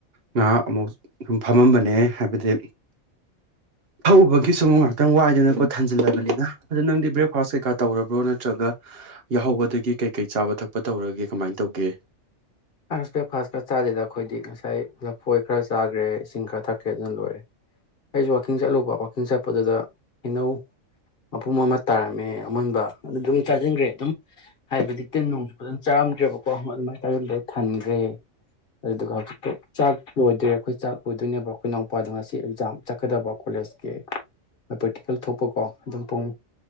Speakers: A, on the right; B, on the left.
A: ꯉꯍꯥ ꯑꯃꯨꯛ ꯁꯨꯝ ꯐꯝꯃꯝꯕꯅꯦꯍꯦ ꯍꯥꯏꯕꯗꯤ ꯐꯧꯕꯒꯤ ꯁꯒꯨ ꯉꯍꯥꯛꯇꯪ ꯋꯥꯏꯗꯅꯀꯣ ꯊꯟꯖꯤꯜꯂꯕꯅꯤꯅ ꯑꯗꯣ ꯅꯪꯗꯤ ꯕ꯭ꯔꯦꯛꯐꯥꯁ ꯀꯩꯀꯥ ꯇꯧꯔꯕ꯭ꯔꯣ ꯅꯠꯇ꯭ꯔꯒ ꯌꯥꯍꯧꯕꯗꯒꯤ ꯀꯩ ꯀꯩ ꯆꯥꯕ ꯊꯛꯄ ꯇꯧꯔꯒꯦ ꯀꯃꯥꯏ ꯇꯧꯒꯦ
B: ꯕ꯭ꯔꯦꯛꯐꯥꯁꯀꯥ ꯆꯥꯗꯦꯗ ꯑꯩꯈꯣꯏꯗꯤ ꯉꯁꯥꯏ ꯂꯐꯣꯏ ꯈꯔ ꯆꯥꯈꯒꯔꯦ ꯏꯁꯤꯡ ꯈꯔ ꯊꯛꯀꯦ ꯑꯗꯨꯅ ꯂꯣꯏꯔꯦ ꯑꯩꯖꯨ ꯋꯥꯛꯀꯤꯡ ꯆꯠꯂꯨꯕ ꯋꯀꯤꯡ ꯆꯠꯄꯗꯨꯗ ꯏꯩꯅꯧ ꯃꯄꯨꯝ ꯑꯃ ꯇꯥꯔꯝꯃꯦ ꯑꯃꯨꯣꯟꯕ ꯑꯗꯨ ꯗꯨꯝ ꯆꯥꯁꯤꯟꯈꯒꯔꯦ ꯑꯗꯨꯝ ꯍꯥꯏꯕꯗꯤ ꯇꯤꯟ ꯅꯣꯡꯁꯨ ꯐꯖꯅ ꯆꯥꯔꯝꯗ꯭ꯔꯦꯕꯀꯣ ꯑꯗꯨꯃꯥꯏꯅ ꯆꯥꯖꯤꯟꯕꯗꯩ ꯊꯟꯈꯒ꯭ꯔꯦ ꯑꯗꯨꯗꯨꯒ ꯍꯧꯖꯤꯛꯇꯨ ꯆꯥꯛ ꯂꯣꯏꯗ꯭ꯔꯦ ꯑꯩꯈꯣꯏ ꯆꯥꯛ ꯂꯣꯏꯗꯣꯏꯅꯦꯕ ꯑꯩꯈꯣꯏꯅꯎꯄꯥꯗ ꯉꯁꯤ ꯑꯦꯛꯖꯥꯝ ꯆꯠꯀꯗꯕ ꯀꯣꯂꯦꯖ ꯄ꯭ꯔꯦꯇꯤꯀꯜ ꯊꯣꯛꯄꯀꯣ ꯑꯗꯨꯝ ꯄꯨꯡ